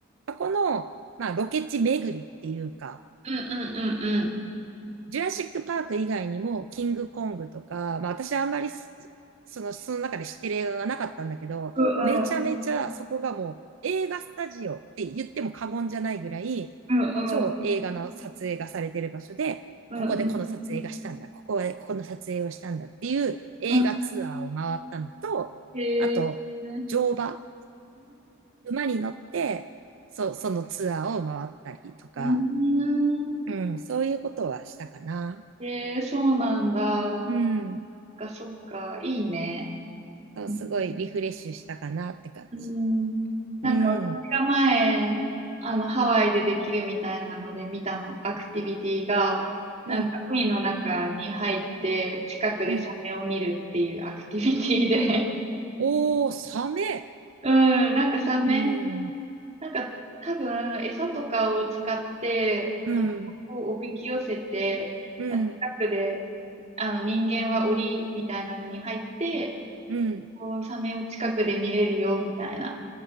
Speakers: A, on the right; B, on the right.
A: そこの、まあ、ロケ地巡りっていうか、
B: うんうんうんうん。
A: ジュラシックパーク以外にも、キングコングとか、まあ、私はあんまりす、その、その中で知ってる映画がなかったんだけど、
B: うん
A: めちゃめちゃそこがもう、映画スタジオって言っても過言じゃないぐらい、
B: うん
A: 超映画の撮影がされてる場所で、
B: うんうんうん
A: ここでこの撮影がしたんだ、ここでここの撮影をしたんだっていう映画ツアーを回ったのと、
B: うん。へえ。
A: あと、
B: うん。
A: 乗馬、馬に乗って、そ、そのツアーを回ったりとか、
B: うーん。
A: うん、そういうことはしたかな。
B: えー、そうなんだ。
A: うん。
B: そっか、そっか。いいね。
A: そうすごいリフレッシュしたかなって感じ。
B: うん。うん。なんか私が前、
A: うん。
B: あの、ハワイでできるみたいなので見たの、アクティビティが、なんか海の中に入って、
A: うん、
B: 近くでサメを見るっていうアクティビティで、
A: うん。
B: <laughs>
A: おー、サメ。
B: うん、なんかサメ
A: うん。
B: なんか多分餌とかを使って卵をおびき寄せて、
A: うん。うん。
B: まあ近くであの人間は檻みたいなのに入って、
A: うん。
B: こうサメを近くで見れるよみたいな。